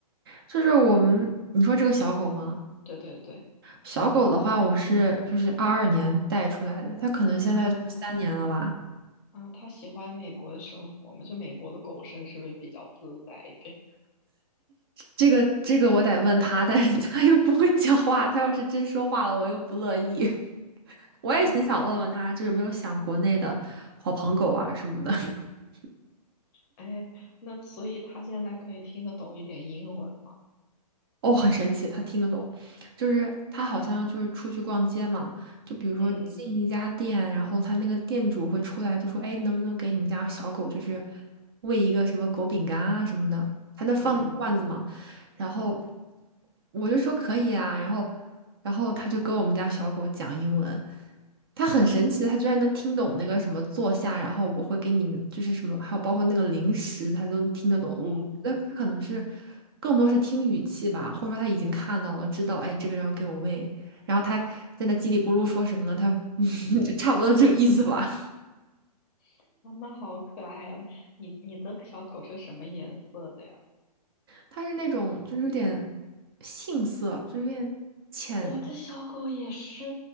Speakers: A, on the right; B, on the left.
A: 就是我们，你说这个小狗吗？
B: 对对对，
A: 小狗的话，我是就是二二年带出来的，它可能现在就是三年了吧。
B: 嗯啊，它喜欢美国的生活吗？就美国的狗生是不是比较自在一点？
A: 这个这个我得问它，但是它又不会讲话，它要是真说话了，我又不乐意。我也很想问问他，
B: <laughs>
A: 就有没有想国内的好朋狗啊什么的。<laughs>
B: 哎，那所以他现在可以听得懂一点英文吗？
A: 哦，很神奇，他听得懂，就是他好像就是出去逛街嘛，就比如说进一家店，
B: 嗯嗯
A: 然后他那个店主会出来就说：“哎，能不能给你们家小狗就是喂一个什么狗饼干啊什么的？”他那放着一个罐子嘛，
B: 嗯
A: 然后我就说可以啊，然后然后他就跟我们家小狗讲英文。它很神奇的，它居然能听懂那个什么坐下，然后我会给你就是什么，还有包括那个零食，它都听得懂。我觉得它可能是
B: 嗯
A: 更多是听语气吧，或者说他已经看到了，知道哎这个人要给我喂，然后他在那叽里咕噜说什么呢？他 <laughs> 就差不多这个意思吧。
B: 嗯，<laughs> 哇，那好可爱呀！你你的小狗是什么颜色的呀？
A: 他是那种就是有点杏色，就是有点浅。
B: 我的小狗也是，